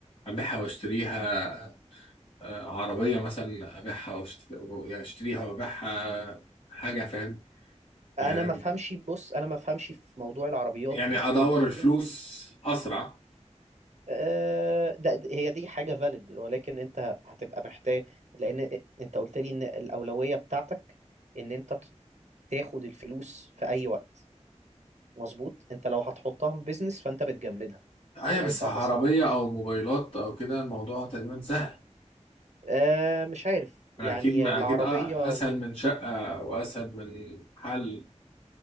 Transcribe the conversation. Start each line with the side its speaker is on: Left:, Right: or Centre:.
Left: ابيعها واشتريها آه، عربيه مثلا ابيعها واشت- يعني اشتريها وابيعها حاجه فاهم
Right: انا
Left: يعني
Right: ما افهمش بص انا ما افهمش في موضوع العربيات
Left: يعني
Right: دي
Left: ادور
Right: وموضوع
Left: الفلوس اسرع
Right: آه، ده هي دي حاجة فاليد ولكن انت هتبقى محتاج لان انت قلت لي ان الأولوية بتاعتك ان انت ت- تاخد الفلوس في اي وقت مظبوط انت لو هتحطها في بيزنس فانت بتجمدها
Left: ايوه
Right: وهيبقى
Left: بس عربيه
Right: اصعب
Left: او موبايلات او كده الموضوع تقريبا سهل
Right: آه مش عارف يعني
Left: اكيد ما
Right: العربية
Left: اكيد أ- اسهل من شقه واسهل من حل